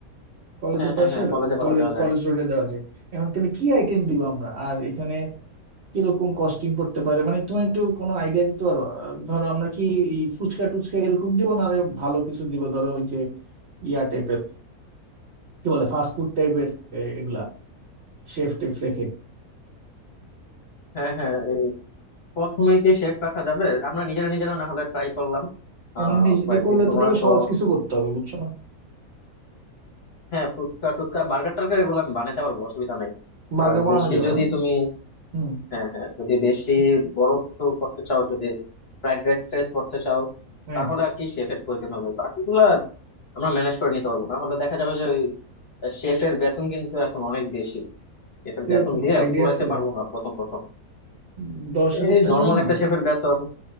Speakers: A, on the right; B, on the left.
A: কলেজের
B: হ্যাঁ হ্যাঁ
A: পাশের
B: হ্যাঁ কলেজে বাসা
A: কলেজ
B: দেওয়া যায়
A: কলেজ রোডে দেওয়া যায় এখন তাহলে কি আইটেম দিব আমরা আর এখানে কিরকম কস্টিং পড়তে পারে মানে তুমি একটু কোনো আইডিয়া দিতে পারো আহ, ধরো আমরা কি এই ফুচকা টুচকা এরকম দিব না আরো ভালো কিছু দিব ধরো ওই যে ইয়া টাইপের কি বলে ফাস্টফুড টাইপের এগুলা শেফ টেফ রেখে
B: হ্যাঁ হ্যাঁ এই প্রথমে কি শেপ রাখা যাবে আমরা নিজেরা নিজেরা না হলে ট্রাই করলাম আহ
A: আমরা নিজে
B: কয়েকদিন
A: করলে
B: তোমার
A: তো তাহলে
B: তো
A: সহজ কিছু করতে হবে বুঝছো না
B: হ্যাঁ ফুচকা টুচকা বার্গার টার্গার এগুলো আমি বানাইতে পারবো অসুবিধা নাই
A: বার্গার
B: আর
A: বানানো
B: বেশি
A: যাবে
B: যদি
A: না
B: তুমি
A: হুম
B: হ্যাঁ হ্যাঁ যদি বেশি বড় কিছু করতে চাও যদি ফ্রাইড রাইস ট্রাইস করতে চাও
A: হ্যাঁ
B: তাহলে আর কি শেফের প্রয়োজন হবে বাকিগুলা আমরা ম্যানেজ করে নিতে পারবো না হলে দেখা যাবে যে ওই শেফের বেতন কিন্তু এখন অনেক বেশি শেফের
A: কিরকম
B: বেতন দিয়ে
A: আইডিয়া
B: কুলাইতে
A: আছে
B: পারবো না প্রথম প্রথম
A: উম, দশ
B: এই
A: হাজার টাকা
B: নর্মাল
A: না
B: একটা শেফের বেতন